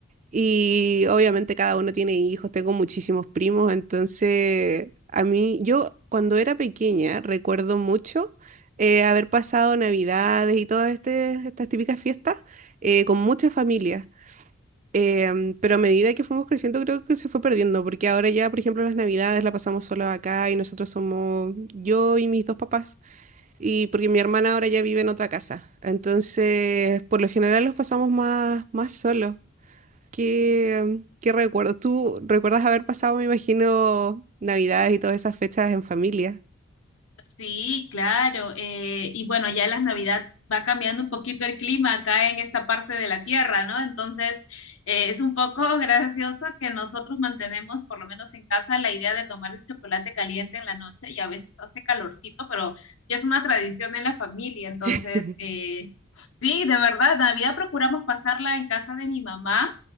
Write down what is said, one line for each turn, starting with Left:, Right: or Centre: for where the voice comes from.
Right: Y obviamente cada uno tiene hijos, tengo muchísimos primos, entonces a mí, yo cuando era pequeña recuerdo mucho eh, haber pasado Navidades y todas este- estas típicas fiestas eh, con muchas familias. Em, pero a medida que fuimos creciendo creo que se fue perdiendo, porque ahora ya, por ejemplo, las Navidades la pasamos solos acá y nosotros somos yo y mis dos papás, y porque mi hermana ahora ya vive en otra casa. Entonces, por lo general los pasamos más, más solos. ¿Qué, qué recuerdo? ¿Tú recuerdas haber pasado, me imagino, Navidades y todas esas fechas en familia?
Left: Sí, claro. eh, y bueno, ya las Navidad va cambiando un poquito el clima acá en esta parte de la Tierra, ¿no? Entonces, eh, es un poco <laughs> gracioso que nosotros mantenemos, por lo menos en casa, la idea de tomar el chocolate caliente en la noche y a veces hace calorcito, pero ya es una tradición en la familia. Entonces,
Right: <laughs>
Left: eh, sí, de verdad, Navidad procuramos pasarla en casa de mi mamá.